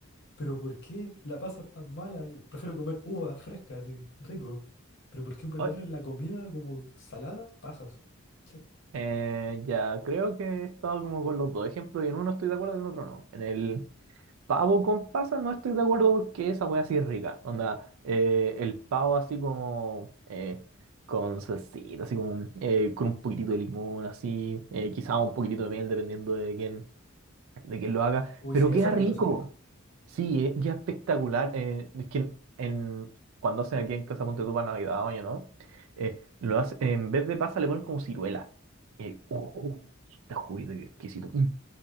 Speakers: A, on the left; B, on the right.
A: ¿pero por qué la pasa es tan mala? Yo prefiero comer uvas frescas, así, rico. ¿Pero por qué ponerle
B: Ay,
A: en la comida como salada pasas? ¿Qué?
B: eh, ya, creo que he estado como con los dos ejemplos y en uno estoy de acuerdo y en el otro no. En el Pavo con pasa no estoy de acuerdo porque esa wea sí es rica. Onda, eh, el pavo así como eh, con salsita, así como eh, con un poquitito de limón, así, eh, quizá un poquitito de miel dependiendo de quién, de quién lo haga.
A: Uy,
B: Pero
A: sí,
B: queda
A: eso es
B: rico.
A: rico, eso es rico.
B: Sí, eh, queda espectacular. Eh, es que en, en- cuando hacen aquí en Casa Monte tú para Navidad, oye, ¿no? Eh, lo hace- en vez de pasa le ponen como ciruelas. Eh, oh, está juguito, qué exquisito. Mm.